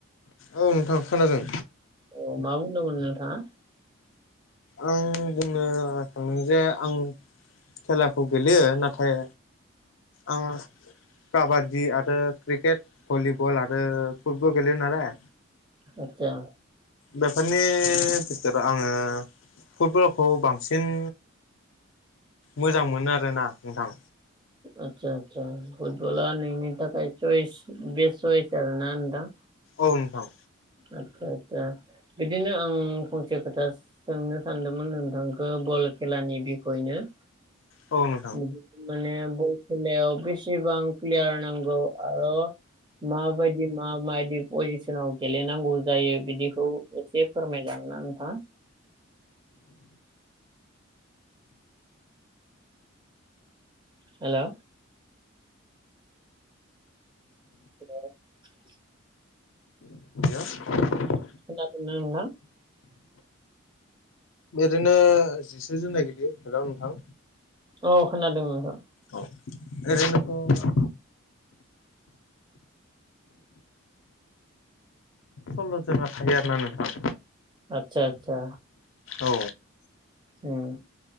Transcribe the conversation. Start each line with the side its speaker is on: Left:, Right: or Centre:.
Left: औ नोंथां खोनादों।
Right: औ मा बुंदोंमोन नोंथाङा?
Left: आं बुंनो थांदों जे आं खेलाखौ गेलेयो नाथाय आङो काबादि आरो क्रिकेट भलिबल आरो फुटबल गेलेयो नालाय
Right: आतसा
Left: बेफोरनि बिथोराव आङो फुटबलखौ बांसिन मोजां मोनो आरोना नोंथां
Right: आतसा आसा फुटबला नोंनि थाखाय चयस बेस चयस आरो ना नोंथां
Left: औ नोंथां
Right: आदसा आतसा बिदिनो आं फंसे खोथा सोंनो सानदोंमोन नोंथांखौ बल खेलानि बिखयनो
Left: औ नों
Right: <unintelligible> माने बर खेलायाव बेसेबां प्लेयार नांगौ आरो मा बायदि मा मायदि पजिसनाव गेलेनांगौ जायो बिदिखौ एसे फोरमायलां ना नोंथाङा हेलौ <unintelligible>
Left: <unintelligible>
Right: <unintelligible>
Left: ओरैनो जिसे जोन ना गेलेयो हेल' नोंथां
Right: औ खोनादों नोंथां
Left: औ ओरैनोथ' सल्ल'जोना थायो आरो ना नोंथां
Right: आतसा आतसा
Left: औ
Right: उम